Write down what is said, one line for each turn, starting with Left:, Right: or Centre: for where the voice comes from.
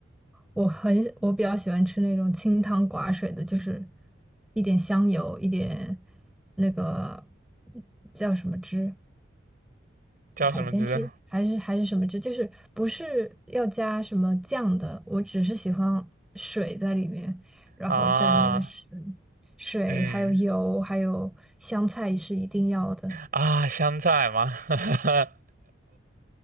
Centre: 我很我比较喜欢吃那种清汤寡水的，就是一点香油，一点那个叫什么汁，
Right: 叫什么汁
Centre: 海鲜汁还是还是什么汁，就是不是要加什么酱的，我只是喜欢水在里面，然后蘸那个水，
Right: 啊？
Centre: 水还有油，
Right: 嗯。
Centre: 还有香菜是一定要的。
Right: 啊，香菜吗？<laughs>